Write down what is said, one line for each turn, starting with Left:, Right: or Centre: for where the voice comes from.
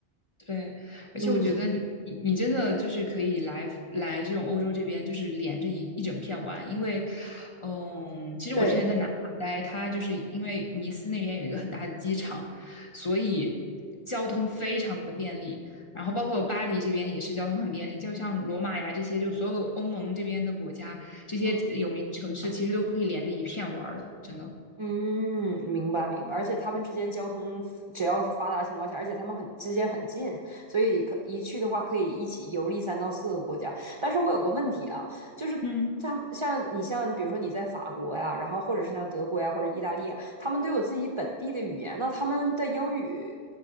Left: 对，而且我觉得你你你真的就是可以来来这种欧洲这边，
Right: 嗯，
Left: 就是连着一一整片玩，因为，嗯，其实我之前在南法待，
Right: 对，
Left: 它就是因为尼斯那边有一个很大的机场，所以交通非常的便利，然后包括巴黎这边也是交通很便利，就像罗马呀这些，就所有欧盟这边的国家，这些有名城市其实都可以连着一片玩儿的，
Right: 嗯。
Left: 真的。
Right: 嗯，明白明白，而且他们之间交通只要是发达情况下，而且他们很之间很近，所以可一去的话可以一起游历三到四个国家。但是我有个问题啊，就是他们像你像比如说你在法国呀，
Left: 嗯。
Right: 然后或者是像德国呀或者意大利呀，他们都有自己本地的语言，那他们的英语